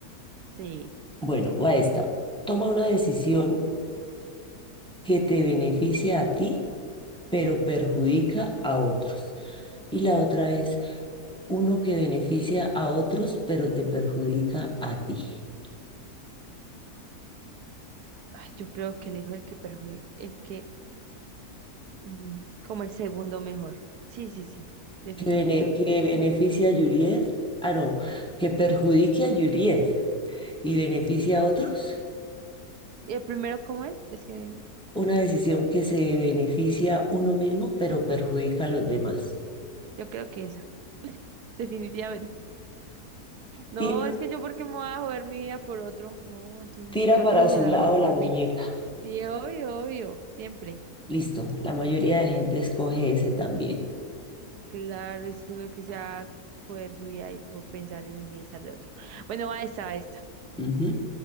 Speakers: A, on the right; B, in the centre.
A: Sí,
B: Bueno, va esta. Toma una decisión que te beneficia a ti, pero perjudica a otros. Y la otra es uno que beneficia a otros, pero te perjudica a ti.
A: Ay, yo creo que elijo el que perjudica, es que mm, como el segundo mejor. Sí, sí, sí, definitivamente.
B: Que, bene- que beneficia a Juliet. Ah, no, que perjudique a Juliet y beneficia a otros.
A: ¿Y el primero cómo es? Es que
B: Una decisión que se beneficia uno mismo, pero perjudica a los demás.
A: yo creo que esa. Definitivamente. <laughs> No,
B: Tira,
A: es que yo porque me voy a joder mi vida por otro. No, entonces
B: tira
A: que
B: para
A: otro se
B: su
A: la
B: lado
A: joda por
B: la muñeca.
A: mí. Sí, obvio, obvio, siempre.
B: Listo, la mayoría de gente escoge ese también.
A: Claro, es que uno quisiera joder su vida y por pensar en el bienestar de otro. Bueno, va esta, va esta.
B: Ujú.